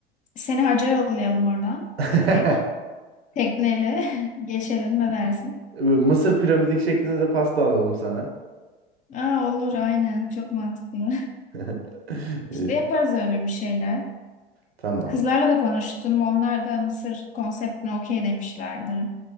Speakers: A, on the left (about 25°); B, on the right (about 85°).
A: seni hacca yollayalım oradan
B: <laughs>
A: direkt tekneyle <laughs> geçelim ne dersin?
B: Böyle Mısır piramidik şeklinde de pasta alalım sana.
A: Aa, olur aynen çok mantıklı. <laughs>
B: <laughs> Ee,
A: İşte yaparız öyle bir şeyler.
B: Tamam.
A: Kızlarla da konuştum. Onlar da Mısır konseptine okey demişlerdi.